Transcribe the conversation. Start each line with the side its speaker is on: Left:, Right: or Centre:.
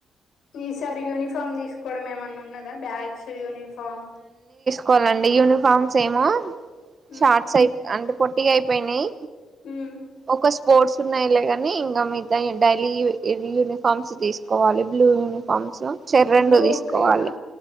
Left: ఈసారి యూనిఫామ్ తీసుకోవడం ఏమన్నా ఉన్నదా బ్యాగ్స్ యూనిఫార్మ్
Right: కోనలండి యూనిఫార్మ్స్ ఏమో
Left: ఉమ్
Right: షార్ట్స్ అయి అంటే పొట్టిగా అయిపోయినాయి.
Left: ఉమ్
Right: ఒక స్పోర్ట్స్ ఉన్నాయలే కానీ ఇంకా మిగతా డైలీ యూనిఫార్మ్స్ తీసుకోవాలి బ్లూ యూనిఫార్మ్స్ చెర్రీ రెండు
Left: బ్లూ
Right: తీసుకోవాలి.
Left: క్రీమా